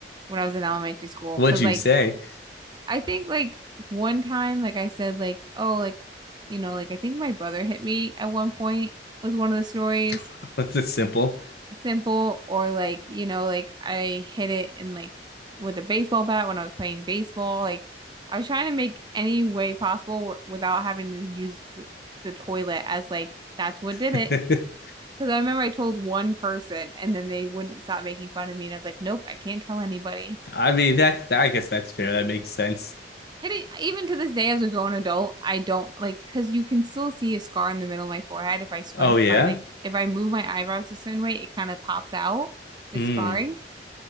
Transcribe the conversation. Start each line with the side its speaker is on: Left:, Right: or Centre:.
Right: when I was in elementary school.
Left: What'd
Right: Cause
Left: you
Right: like
Left: say?
Right: I think like one time, like I said, like, oh, like, you know, like I think my brother hit me at one point was one of the stories.
Left: <laughs> That's simple.
Right: Simple or like, you know, like I hit it in like with a baseball bat when I was playing baseball. Like I was trying to make any way possible w without having to use the, the toilet as like that's what did
Left: <laughs>
Right: it. Because I remember I told one person and then they wouldn't stop making fun of me. And I was like, nope, I can't tell anybody.
Left: I mean, that, that- I guess that's fair. That makes sense.
Right: And it- even to this day, as a grown adult, I don't like, because you can still see a scar in the middle of my forehead if I scrunch
Left: Oh, yeah?
Right: my, like, if I move my eyebrows a certain way, it kind of pops out, the
Left: Hmm.
Right: scarring.